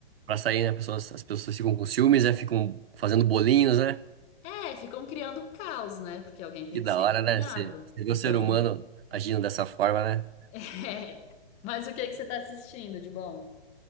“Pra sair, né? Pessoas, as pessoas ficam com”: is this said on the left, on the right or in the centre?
Right